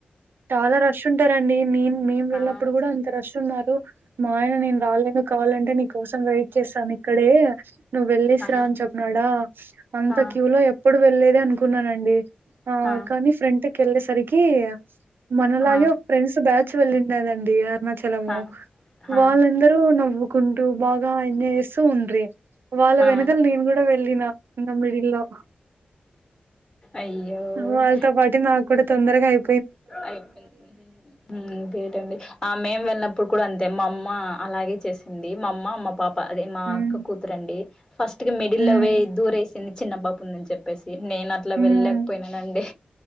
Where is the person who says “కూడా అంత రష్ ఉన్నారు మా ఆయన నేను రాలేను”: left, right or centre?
Right